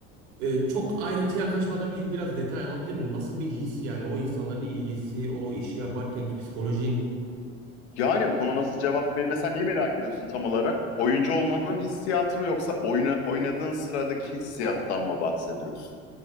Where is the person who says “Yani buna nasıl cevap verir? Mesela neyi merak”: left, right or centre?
Left